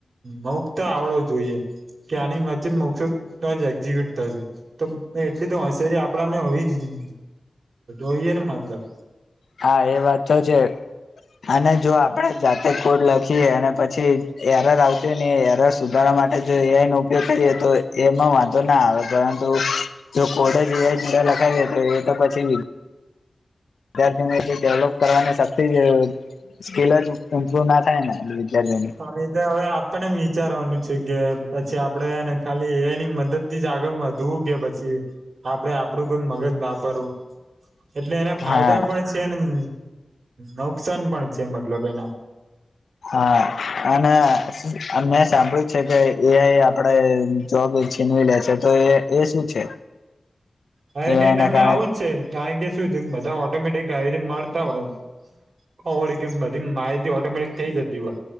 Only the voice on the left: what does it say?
હા એ વાત તો છે અને જો આપડે જાતે કોડ લખી અને પછી એરર આવશે ને એરર સુધાર માટે જો એ ન ઉપયોગ કરીએ તો એમાં વાંધો ના આવે પરંતુ જો કોડ જીવા ચીડા લખાવ દે તો એ તો પછી નહી વિદ્યાર્થીને એ ડેવલોપ કરવાની શક્તિ સ્કીલ જ ઇમ્પ્રુવ ના થાય ને વિદ્યાર્થીઓને
હા
હા અનેના મેં સાંભળ્યું છે કે એઆઈ આપડે જોબ છીનવી લે છે તો એ એ શું છે
એઆઈને
કારણે